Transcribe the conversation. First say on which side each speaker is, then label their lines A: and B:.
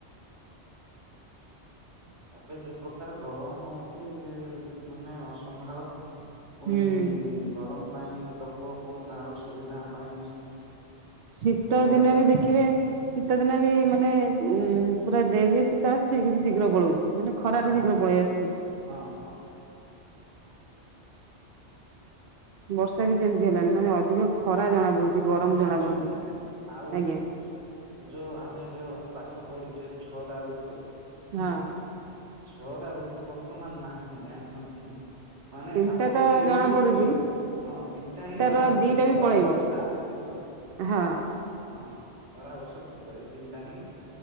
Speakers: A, on the right (about 75°); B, on the right (about 60°).
A: ଏବେ ଯୋଉ ପ୍ରକାର ଗରମ ହଉଚି ମାନେ ଅସମ୍ଭାଳ। ପୁଣି
B: ହୁଁ।
A: ଗରମ ପାଇଁ ଲୋକ ପୁଣି ତାର ସୁବିଧା ପାଇଁ
B: ଶୀତ
A: ରହିବା
B: ଦିନ
A: ପାଇଁ
B: ବି ଦେଖିବେ ଶୀତ ଦିନ ବି ମାନେ ଉଁ ପୁରା ଡେରିରେ ଶୀତ ଆସୁଚି କିନ୍ତୁ ଶୀଘ୍ର ପଳଉଚି। ମାନେ ଖରା
A: ହଁ
B: ଟା ଶୀଘ୍ର ପଳେଇ ଆସୁଚି।
A: ହଁ ହଁ
B: ବର୍ଷା ବି ସେମିତି ହେଲାନି ମାନେ ଅଧିକ ଖରା ଜଣା ପଡୁଛି
A: ଆପଣ
B: ଗରମ
A: ଜାଣିଛନ୍ତି
B: ଜଣା ପଡୁଛି
A: ଆପ ଆଉ
B: ଆଜ୍ଞା।
A: ଯୋ ଯୋଉ ଆମେ ଯୋ ପାଠ ପଢିଚେ ଛଅ ଟା ଋତୁ।
B: ହଁ।
A: ଆଁ ଛଅଟା ଋତୁ ବର୍ତ୍ତମାନ ନାହିଁ ଜାଣିଛନ୍ତି। ମାନେ
B: ତିନିଟା
A: ଆପଣ
B: ତ
A: ଫିଲ୍
B: ଜଣା
A: ବି
B: ପଡୁଛି
A: କରିପାରେ ହଁ ତିନିଟା ହିଁ ଜଣା
B: ର
A: ପଡୁଛି।
B: ଦିଟା ବି
A: ଖରା,
B: ପଳେଇବ
A: ବର୍ଷା, ଶୀତ।
B: ହଁ
A: ହଁ ଖରା, ବର୍ଷ, ଶୀତ ଏ ତିନିଟା ହିଁ।